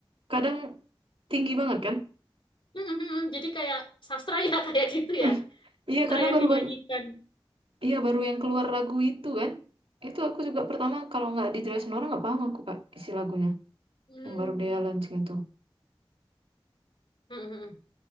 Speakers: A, on the right; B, on the left.
A: kadang tinggi banget kan?
B: Mhm. Jadi kayak sastra ya, <laughs> kayak gitu
A: <laughs>
B: ya.
A: Iya,
B: Sastra
A: karena
B: yang
A: baru-baru
B: dinyanyikan.
A: Iya baru yang keluar lagu itu kan. Itu aku juga pertama kalau nggak dijelasin orang nggak paham aku Kak isi lagunya.
B: Hmm.
A: Yang baru dia launching itu.
B: Mhm.